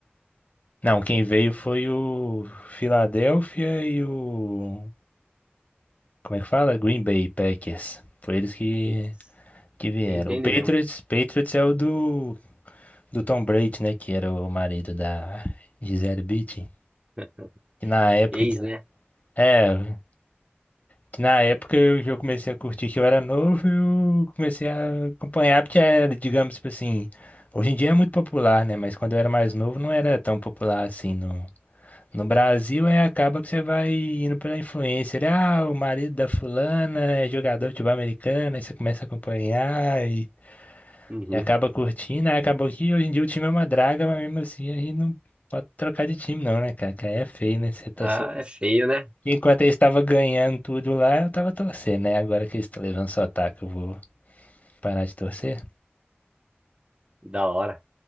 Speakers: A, on the left (about 40°); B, on the right (about 25°).
A: Não, quem veio foi o Philadelphia e o Como é que fala? Green Bay Packers. Foi eles que,
B: Eita, você
A: que vieram.
B: entende
A: O Patriots,
B: mesmo.
A: Patriots é o do, do Tom Brady, né? Que era o marido da Gisele Bündchen.
B: <laughs>
A: Que na época
B: Ex,
A: que,
B: né?
A: é, que na época eu, que eu comecei a curtir que eu era novo, eu comecei a acompanhar, porque era, digamos, tipo assim, hoje em dia é muito popular, né? Mas quando eu era mais novo não era tão popular assim no, No Brasil, é acaba que você vai indo pela influência. Ele, ah, o marido da fulana é jogador de futebol americano, aí você começa a acompanhar e,
B: Uhum.
A: e acaba curtindo. Aí acabou que hoje em dia o time é uma draga, mas mesmo assim a gente não pode trocar de time, não, né, cara? Que aí é feio, né? Você torcer.
B: Ah, é feio, né?
A: Enquanto eu estava ganhando tudo lá, eu tava torcendo, né? Agora que eles estão levando só ataque, eu vou parar de torcer.
B: Da hora.